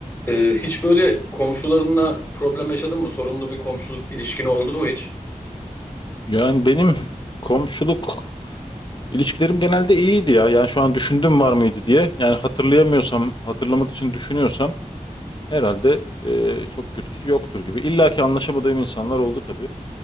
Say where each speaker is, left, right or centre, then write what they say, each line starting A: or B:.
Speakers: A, on the left; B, on the left.
A: Ee, hiç böyle komşularınla problem yaşadın mı? Sorunlu bir komşuluk ilişkin oldu mu hiç?
B: Yani benim komşuluk ilişkilerim genelde iyiydi ya. Yani şu an düşündüm var mıydı diye. Yani hatırlayamıyorsam, hatırlamak için düşünüyorsam herhalde e, çok kötüsü yoktur gibi. İlla ki anlaşamadığım insanlar oldu tabii.